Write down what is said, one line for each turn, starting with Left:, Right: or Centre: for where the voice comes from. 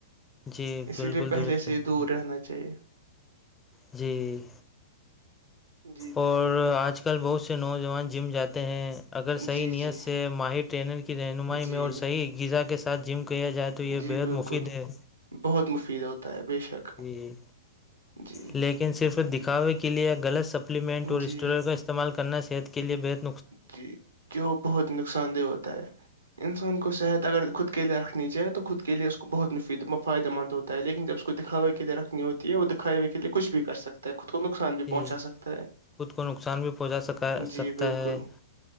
Left: جی
Right: اسی
Left: بالکل
Right: لیے پہلے
Left: درست
Right: سے
Left: فرمایا
Right: ہی دور رہنا چاہیے
Left: جی
Right: جی بالکل
Left: اور آج کل بہت سے نوجوان جم جاتے ہیں اگر صحیح
Right: جی
Left: نیت
Right: جی
Left: سے ماہر ٹرینر کی رہنمائی
Right: جی
Left: میں اور صح غذا کے ساتھ جم کیا جائے تو یہ
Right: جی
Left: بےحد
Right: بالکل
Left: مفید ہے
Right: بہت مفید ہوتا ہے بے شک
Left: جی
Right: جی
Left: لیکن صرف دکھاوے کے لیئے غلط سپلیمنٹ اور اسٹور
Right: جی
Left: کا است استعمال کرنا صحت کے لیے بہتر
Right: جی جو بہت نقصان دہ ہوتا ہے انسان کو صحت اگر خود کے لیے رکھنی چاہے تو خود کے لیے اسس کو بہت مفید فائدہ مند ہو ہے لیکن جب اس کو دکھوے کے لیے رکھنی ہوتی ہے وہ دکھوے کے لیے کچھ بھی کر سکتا ہے کو نقصان بھی
Left: جی
Right: پہنچا سکتا ہے
Left: خود کو نقصان بھی پہنچا سکا سکتا
Right: جی بالکل
Left: ہے